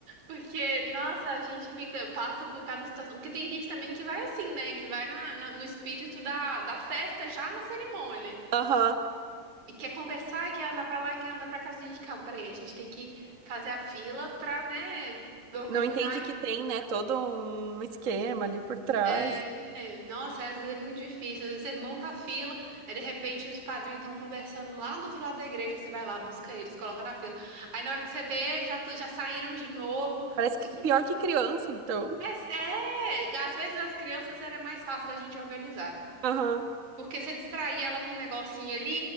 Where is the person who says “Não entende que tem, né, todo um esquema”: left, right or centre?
Right